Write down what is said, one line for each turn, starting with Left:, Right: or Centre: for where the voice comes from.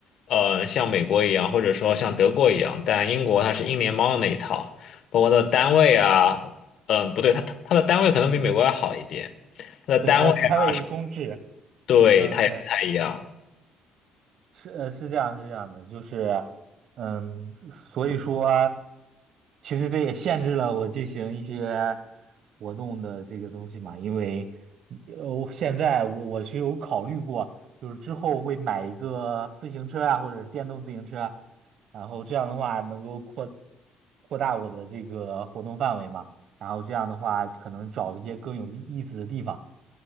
Left: 呃，像美国一样，或者说像德国一样，但英国它是英联邦的那一套，包括它的单位啊，嗯、不对，它它它的单位可能比美国要好一点，它的单位啊，
Right: 对，它单位是公制，
Left: 对，
Right: 嗯，
Left: 它也不太一样，
Right: 对。是呃是这样是这样的，就是嗯，所以说其实这也限制了我进行一些活动的这个东西嘛，因为呃现在我我是有考虑过，就是之后会买一个自行车啊或者电动自行车，然后这样的话能够扩扩大我的这个活动范围嘛，然后这样的话可能找一些更有意思的地方，